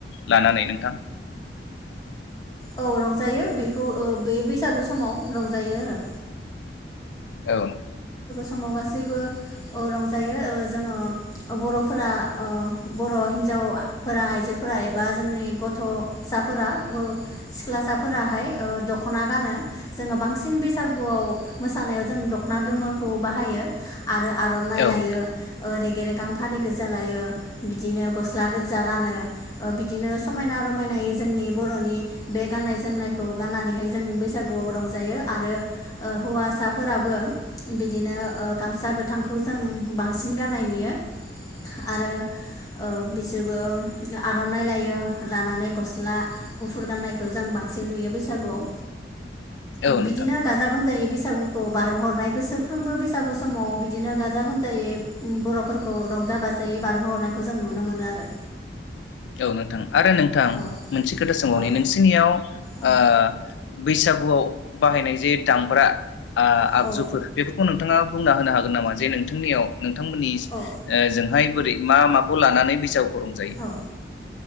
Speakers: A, on the left (about 85°); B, on the left (about 20°).
A: लानानै नोंथां?
B: औ रंजायो बेखौ ओ बे बैसागु समाव रंजायो आरो
A: औ
B: आसामाव गासैबो रंजायो जोङो ओ बर' फोरा ओ बर' हिन्जाव फोरा आइजोफोरा एबा जोंनि गथ'साफोरा ग सिख्लासाफोराहाय ओ दख'ना गानो जोङो बांसिन बैसागुआव मोसानायाव जों दख'ना गोमोखौ बाहायो। आरो आर'नाइ
A: औ
B: लायो
A: नोंथां
B: ओरै गेरेगां फालि गोजा लायो बिदिनो गस्ला गोजा गानो ओ बिदिनो समायना रमायनायै जोंनि बर'नि बे गाननाय जोमनायखौ गाननानैहाय जों बैसागुआव रंजायो आरो ओ हौवासाफोराबो बिदिनो ओ गामसा गोथांखौ जों बांसिन गाननाय नुयो आरो ओ बिसोरबो आर'नाइ लायो लानानै गस्ला गुफुर गाननायखौ जों बांसिन नुयो बैसागुआव।
A: औ
B: बिदिनो
A: नोंथां
B: गाजा गोमजायै बैसागुखौ बारहोहरनाय बोसोरफ्रोमबो बैसागु समाव बिदिनो गाजा गोमजायै उम बर'फोरखौ रंजा बाजायै बारहोहरनायखौ जों नुनो मोनो आरो
A: औ नोंथां। आरो नोंथां
B: औ
A: मोनसे खोथा सोंबावनि
B: औ
A: नोंसिनियाव
B: औ
A: ओ बैसागुआव बाहायनाय जे दामग्रा आ आगजुफोर
B: औ
A: बेफोरखौ नोंथ थाङा बुंना होनो हागोन नामा जे नोंथांनियाव नोंथांमोननि
B: औ
A: ओजोंहाय बोरै मा माखौ लानानै बैसागु- रंजायो?
B: औ